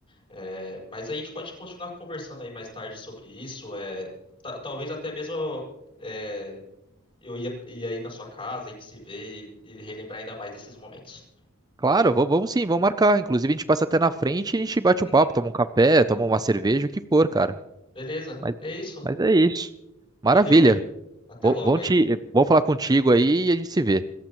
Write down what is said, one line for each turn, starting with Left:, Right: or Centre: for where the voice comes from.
Left: É, mas a gente pode continuar conversando aí mais tarde sobre isso. É, ta- talvez até mesmo é, eu ia, ia aí na sua casa, a gente se vê e, e relembrar ainda mais desses momentos.
Right: Claro, va- vamos sim, vamos marcar. Inclusive, a gente passa até na frente e a gente bate
Left: Uhum.
Right: um papo, toma um café, toma uma cerveja, o que for, cara.
Left: Beleza,
Right: Mas,
Left: é isso.
Right: mas é isso. Maravilha.
Left: Valeu, hein? Até
Right: Vou,
Left: logo
Right: vão
Left: aí.
Right: te, vou falar contigo aí e a gente se vê.